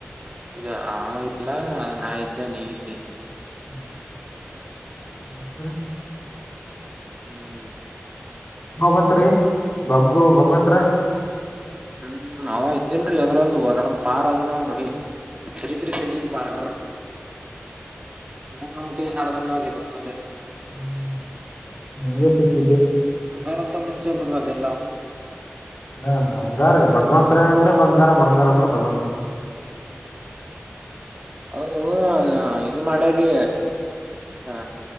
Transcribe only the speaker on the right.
ಇದು ಆ ಇಲ್ಲ ನಾ ಇದ್ದೆ ನೀ ಇದ್ದೆ
ಹ್ಮ್ ಹ್ಮ
ಹ್ಮ್ ಅವ ಇದ್ದೇನ್ ಅದ್ರಂದು ಹೋದ್ರಂದ ಪಾರ್ ಅದನ ಗಡಿ ಸರಿದ್ರೆ ಸಡಿ ಬರ್ ನ ನವುಟ ಹಾರಧಾನವ ಕೆತ ಮ <unintelligible>
ಬಂಗಾರದ ಮನುಷ್ಯ ಬಿಡ್ರಿ
ಅವರು ಇದು ಮಾಡ್ಯ್ರೀ ಆ